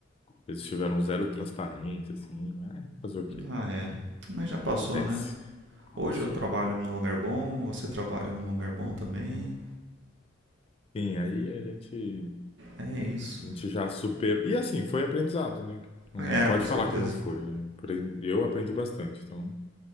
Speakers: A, on the left; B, on the right.
A: Eles tiveram zero transparência, assim. Mas fazer o quê?
B: Ah, é.
A: É,
B: Mas já passou,
A: acontece.
B: né? Hoje
A: Passou.
B: eu trabalho num lugar bom, você trabalha num lugar bom também.
A: Sim, aí a gente,
B: É isso.
A: a gente já superou. E, assim, foi aprendizado, né? Não,
B: É,
A: não pode
B: com certeza.
A: falar que não foi. né? Apre- Eu aprendi bastante, então.